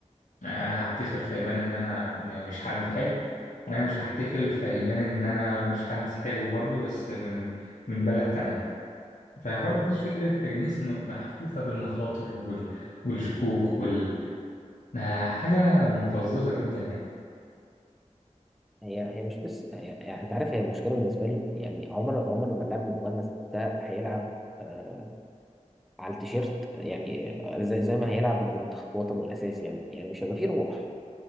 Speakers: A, on the left (about 85°); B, in the centre.
A: انا هحتفل فيبان ان انا م- مش حد حلو وانا مش هحتفل فيبان ان انا مش حد حلو برضو بس من من بلد تانية فبرضه بص فكرة التجنيس م- محفوفة بالمخاطر وال... والشكوك وال ما حاجة مقززة جدا يعني
B: هي هي مش بس يعني, يعني انت عارف هي المشكله بالنسبه لي يعني عمر عمر ما اللاعب المغمس ده هيلعب آه، على التيشيرت يعني زي, زي ما هيلعب لمنتخب وطنه الاساسي يعني يعني مش هيبقى فيه روح